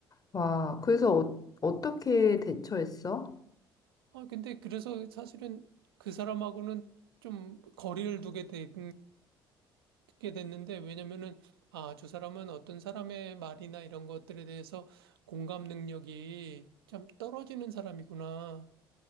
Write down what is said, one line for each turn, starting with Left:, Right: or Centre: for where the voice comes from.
Left: 와, 그래서 어, 어떻게 대처했어?
Right: 아, 근데 그래서 사실은 그 사람하고는 좀 거리를 두게 되, 게 됐는데 왜냐면은 아, 저 사람은 어떤 사람의 말이나 이런 것들에 대해서 공감 능력이 참 떨어지는 사람이구나.